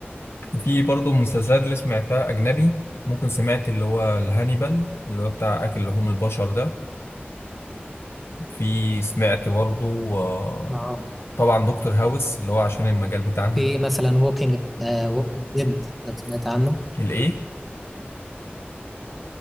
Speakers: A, on the left; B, in the centre.
A: في برضه مسلسلات اللي سمعتها أجنبي ممكن سمعت اللي هو الهانيبال اللي هو بتاع أكل لحوم البشر ده في سمعت برضه آه،
B: اه
A: طبعا دكتور هاوس اللي هو عشان المجال بتاعنا
B: في مثلا ووكينج ووكينج ديد لو سمعت عنه
A: <laughs> الإيه